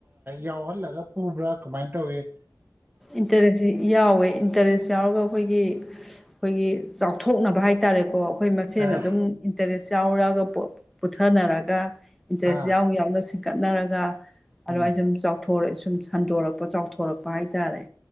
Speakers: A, on the right; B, in the centre.
A: ꯌꯥꯎꯍꯜꯂꯒ ꯄꯨꯕ꯭ꯔꯥ ꯀꯃꯥꯏꯅ ꯇꯧꯋ
B: ꯏꯟꯇꯔꯦꯟꯁ ꯁꯤ ꯌꯥꯎꯋꯦ ꯏꯟꯇꯔꯦꯁ ꯌꯥꯎꯔꯒ ꯑꯩꯈꯣꯏꯒꯤ ꯑꯩꯈꯣꯏꯒꯤ ꯆꯥꯎꯊꯣꯛꯅꯕ ꯍꯥꯏꯇꯥꯔꯦꯀꯣ ꯑꯩꯈꯣꯏ ꯃꯁꯦꯟ
A: ꯑꯥ
B: ꯑꯗꯨꯝ ꯏꯟꯇꯔꯦꯁ ꯌꯥꯎ ꯌꯥꯎꯒ ꯄꯨꯊꯅꯔꯒ ꯏꯟꯇꯔꯦꯁ
A: ꯑꯥ
B: ꯌꯥꯎꯅ ꯌꯥꯎꯅ ꯀꯠꯅꯔꯒ ꯑꯗꯨꯃꯥꯏ
A: ꯎꯝ
B: ꯁꯨꯝ ꯆꯥꯎꯔꯛ ꯁꯨꯝ ꯁꯟꯗꯣꯔꯛꯄ ꯆꯥꯎꯊꯣꯔꯛꯄ ꯍꯥꯏꯇꯥꯔꯦ